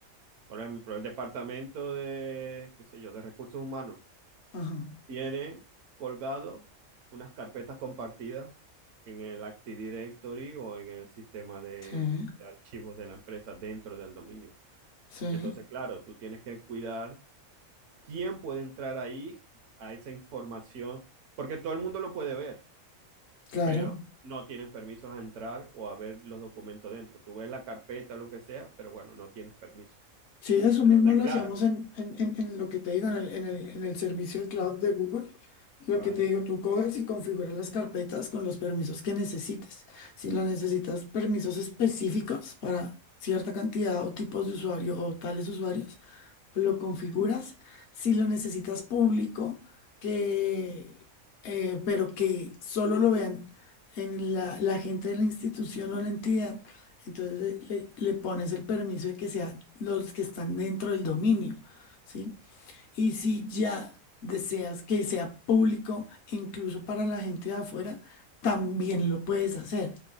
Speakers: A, on the right (about 65°); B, on the left (about 60°).
A: Por ejemplo, el departamento de, qué sé yo, de recursos humanos
B: ajá,
A: tiene colgado unas carpetas compartidas en el Active Directory o en el sistema de,
B: sí.
A: de archivos de la empresa dentro del dominio.
B: Sí,
A: Entonces, claro, tú tienes que cuidar quién puede entrar ahí a esa información, porque todo el mundo lo puede ver,
B: claro.
A: pero no tienen permisos a entrar o a ver los documentos dentro. Tú ves la carpeta, lo que sea, pero bueno, no tienes permiso.
B: Sí, eso
A: Entonces,
B: mismo lo
A: claro,
B: hacíamos en, en, en, en lo que te digo, en el, en el, en el servicio de cloud de Google. Lo
A: vale.
B: que te digo, tú coges y configuras las carpetas con los permisos que necesites. Si las necesitas permisos específicos para cierta cantidad o tipos de usuario o tales usuarios, lo configuras. Si lo necesitas público, que, eh, pero que solo lo vean en la, la gente de la institución o la entidad Entonces le, le pones el permiso de que sean los que están dentro del dominio, ¿sí? Y si ya deseas que sea público, incluso para la gente de afuera, también lo puedes hacer.